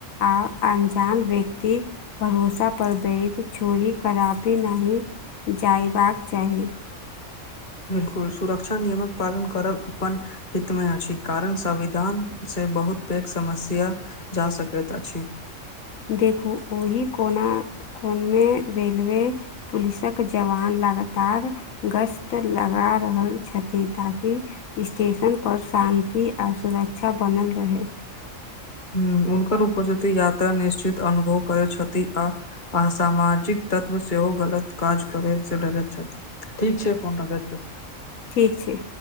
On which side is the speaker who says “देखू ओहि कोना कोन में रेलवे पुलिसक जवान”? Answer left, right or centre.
Left